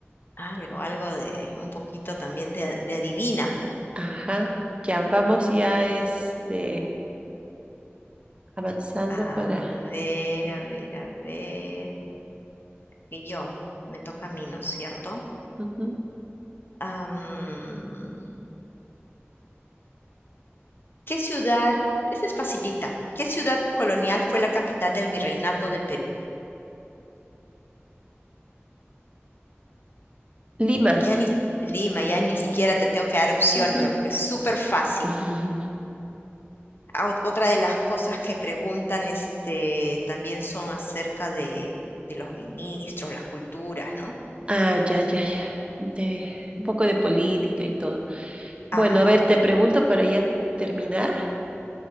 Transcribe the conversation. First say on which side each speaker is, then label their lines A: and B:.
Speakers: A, on the left (about 55°); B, on the right (about 25°).
A: algo, algo de un poquito también de, a- de adivina.
B: Ajá, ya vamos ya este, avanzando
A: A
B: para
A: ver, a ver, a ver. Que yo, me toca a mí, ¿no es cierto?
B: ujú.
A: Am, ¿qué ciudad? Esta es facilita. ¿Qué ciudad colonial fue la capital del virreinato del Perú?
B: Lima.
A: Ya ni Lima, ya ni siquiera te tengo que dar opciones
B: ujú.
A: ya, porque es súper fácil.
B: <laughs> Ujú.
A: Ah, ot- Otra de las cosas que preguntan, este, también son acerca de, de los ministros, las culturas, ¿no?
B: Ah, ya, ya, ya. De, un poco de política y todo. Bueno,
A: Ajá.
B: a ver, te pregunto para ya terminar.